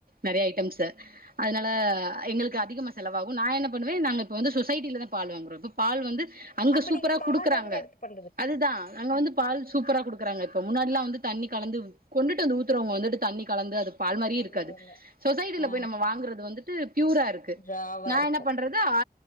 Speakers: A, on the right; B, on the left.
A: நெறைய ஐட்டம்ஸ்சு
B: ம்
A: அதுனால ல எங்களுக்கு அதிகமா செலவாகு நா என்ன பண்ணுவே நாங்க இப்ப வந்து சொசைட்டிலதா பால் வாங்குறோம் இப்போ பால் வந்து அங்க
B: அப்ப
A: சூப்பரா
B: நீங்க பால்லருந்து
A: குடுக்குறாங்க
B: எடுத்து பண்
A: அதுதா நாங்க வந்து பால் சூ ப்பரா குடுக்குறாங்க இப்போ முன்னாடியெல்லாம் வந்து தண்ணி கலந்து கொண்டுட்டு வந்து ஊத்துறவங்க வந்துட்டு தண்ணி கலந்து அது பால் மாரியே
B: தண்ணி
A: இருக்காது
B: கொழந்த
A: சொசைட்டில
B: ஆ
A: போய் நம்ம வாங்குறது வந்து து ப்யூரா இருக்கு
B: ட்ராவா
A: நா
B: இருக்கு
A: என்ன பண்றது ஆ